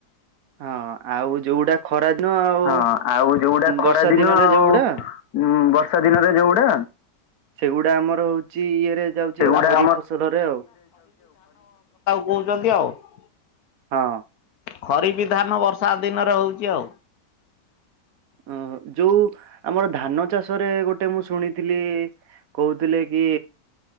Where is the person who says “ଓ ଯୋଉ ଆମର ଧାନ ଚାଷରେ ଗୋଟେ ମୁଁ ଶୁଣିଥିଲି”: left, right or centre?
Right